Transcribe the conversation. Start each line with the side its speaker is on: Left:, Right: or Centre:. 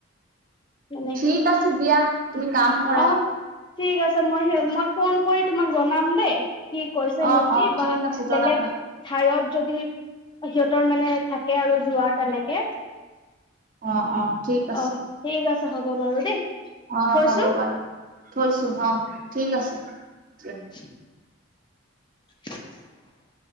Left: তেনেকে
Right: ঠিক আছে দিয়া, তুমি কাম কৰা।
Left: অ ঠিক আছে, মই সে মই ফোন কৰি তোমাক জনাম দেই। সি কৈছে
Right: অ
Left: সিহঁতি
Right: অ ঠিক
Left: বা
Right: আছে জনাবা
Left: বেলেগ- ঠাইয়ত যদি সিহঁতৰ মানে থাকে আৰু যোৱাৰ তেনেকে-
Right: অঁ অঁ ঠিক আছে।
Left: অ ঠিক আছে হ'ব বাৰু দেই।
Right: অঁ
Left: থৈছো
Right: হ'ব বাৰু থৈছো অঁ ঠিক আছে দিয়া।
Left: <unintelligible> <inaudible>